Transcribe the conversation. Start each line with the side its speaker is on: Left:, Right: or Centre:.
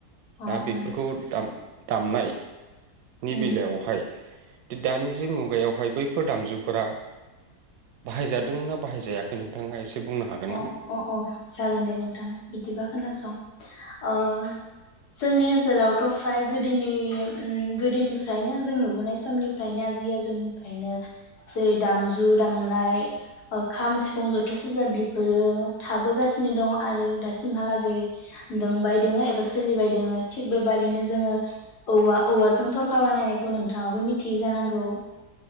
Left: अ
Right: ना बेफोरखौ दाम दामनाय नि
Left: उम
Right: बेलायावहाय दि दानि जे मुगायाव हाय बैफोर दामजुफोरा बाहायजादोंना बाहायजायाखै नोंथाङा एसे बुंनो हागोन
Left: अ
Right: ना
Left: अ अ जागोन दे नोंथां बिदिबा खोनासं ओ जोंनि ओनसोलावथ' फ्राय गोदोनि उम गोदोनिफ्रायनो जों नुबोनाय समनिफ्रायनो आजि आजौनिफ्रायनो जेरै दामजु दामनाय ओ खाम, सिफुं, जथा सेरजा बि फोरो थाबोगासिनो दं आरो दासिमहालागै दोंबाय दोङो एबा सोलिबाय दोङो थिग बेबादिनो जोङो औवा औवाजों थरखा बानायनायखौ नोंथाङाबो मिथियो जानांगौ।